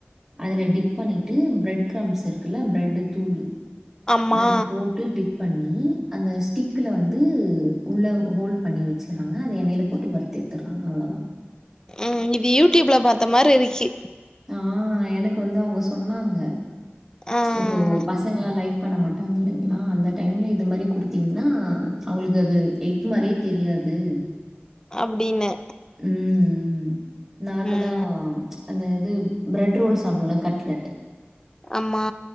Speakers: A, on the right (about 15°); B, on the left (about 15°).
A: அதுல டிப் பண்ணிட்டு பிரெட் கிரம்ஸ் இருக்குல்ல பிரெட்டு தூளு
B: அம்மா
A: அதுல போட்டு டிப் பண்ணி அந்த ஸ்டிக்குல வந்து உள்ள ஹோல் பண்ணி வச்சர்றாங்க அத எண்ணெயில போட்டு வர் த்து எத்தர்றாங்க அவ்ளதா
B: ம் இது யூடியூப்ல பாத்த மாரி இருக்கி
A: ஆ எனக்கு வந்து அவங்க சொன்னாங்க
B: ஆ
A: இப்போ பசங்களா லைக் பண்ண மாட்டாங்க இல்லைங்களா அந்த டைம்ல இது மாரி குடுத்தீங்கன்னா அவங்களுக்கு அது எக் மாரியே தெரியாது <inaudible>
B: அப்டின்னு
A: ம் நார்மலா
B: ம்
A: ச் அது அது பிரெட் ரோல் சாப்டுவோல கட்லெட்
B: ஆமா